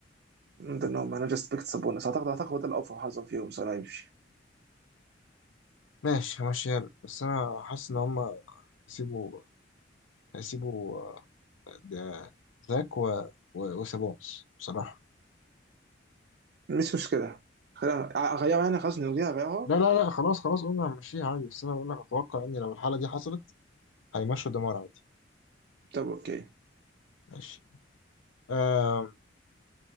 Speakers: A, on the right; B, on the left.
A: انهم انا جاست بيكت سابونس اعتقد اعتقد ده الافضل حظا فيهم سنة يمشي
B: ماشي همشيها لك بس انا حاسس ان هم هيسيبوا هيسيبوا آه، ده- زاك و... و... وسابونس بصراحة
A: مش مشكله خلينا اغيرها يعني خلاص نلغيها غيرها
B: لا لا لا خلاص خلاص قلنا هنمشيها عادي بس انا بقول لك اتوقع ان لو الحالة دي حصلت هيمشوا ديمار عادي
A: طب اوكي
B: ماشي آه